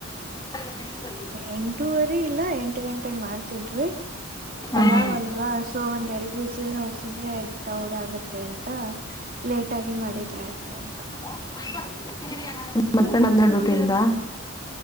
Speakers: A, on the left (about 20°); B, on the right (about 45°).
A: <inaudible>
B: ಎಂಟೂುವರೀ ಇಲ್ಲ ಎಂಟ ಗಂಟೆ ಮಾಡ್ತಿದ್ವಿ. ಪಲಾವ್
A: ಹ್ಮ್ ಹ್ಮ್
B: ಅಲ್ವಾ, ಸೊ ಒಂದ್ ಎರಡು ವಿಜಲ್ ಹೊಡಸಿದ್ರೆ ದೌಡ್ ಆಗತ್ತೆ ಅಂತ ಲೇಟಾಗಿ ಮಾಡಿದ್ರ ಆಯ್ತು ಅಂತ.
A: <inaudible> <unintelligible> ರೂಟಿಯಿಂದ